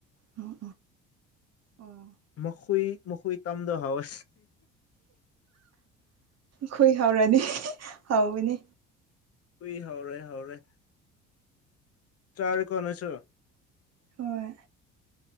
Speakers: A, on the right (about 45°); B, on the left (about 45°).
A: ꯑꯣ ꯑꯣ
B: ꯃꯈꯣꯏ ꯃꯈꯣꯏ ꯇꯝꯗꯍꯧꯋꯦ
A: ꯈꯨꯏ ꯍꯧꯔꯅꯤ ꯍꯧꯕꯅꯦ
B: ꯍꯨꯏ ꯍꯧꯔꯦ ꯍꯧꯔꯦ ꯆꯥꯔꯦꯀꯦ ꯅꯣꯢꯁꯨ
A: ꯍꯣꯏ